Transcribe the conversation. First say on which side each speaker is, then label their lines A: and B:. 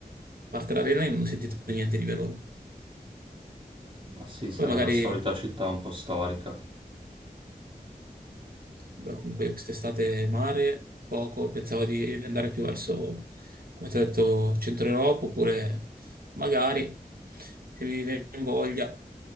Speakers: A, on the right; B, on the right.
A: parte l'arena io non ho sentito niente di Verona.
B: Ma sì, sarà
A: Poi magari
B: la solita città un po' storica.
A: Vabbè, comunque io quest'estate mare, poco, pensavo di andare più verso, come ti ho detto, centro Europa, oppure magari, se mi viene in voglia,